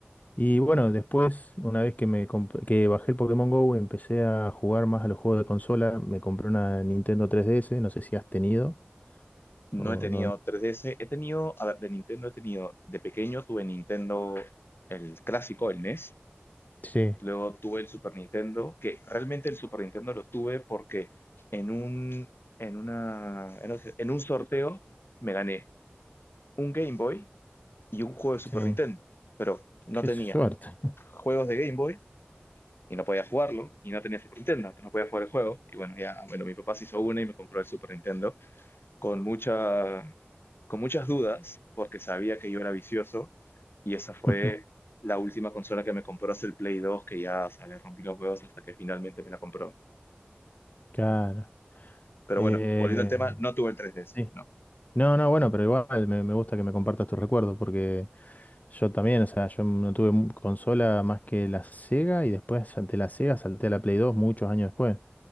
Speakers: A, on the left; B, on the left.
A: Y bueno, después, una vez que, me comp- que bajé el Pokémon Go, empecé a jugar más a los juegos de consola, me compré una Nintendo 3DS, no sé si has tenido o
B: No he tenido
A: no.
B: 3DS, he tenido, a ver, de Nintendo he tenido, de pequeño tuve Nintendo, el clásico, el NES,
A: Sí,
B: luego tuve el Super Nintendo, que realmente el Super Nintendo lo tuve porque en un, en una, en un, en un sorteo me gané un Game Boy y un juego de Super
A: sí,
B: Nintendo, pero no
A: qué
B: tenía
A: suerte.
B: juegos de Game Boy y no podía jugarlo y no tenía Super Nintendo, entonces no podía jugar el juego y bueno, ya, bueno, mi papá se hizo una y me compró el Super Nintendo con mucha, con muchas dudas, porque sabía que yo era vicioso, y esa fue
A: <laughs>
B: la última consola que me compró es el Play dos que ya, o sea, le rompí los huevos hasta que finalmente me la compró.
A: Claro.
B: Pero
A: Eh,
B: bueno, volviendo al tema, no tuve el 3DS,
A: sí.
B: no.
A: No, no, bueno, pero igual me, me gusta que me compartas tus recuerdos porque yo también, o sea, yo no tuve mu- consola más que la Sega y después salté la Sega, salté a la Play dos muchos años después.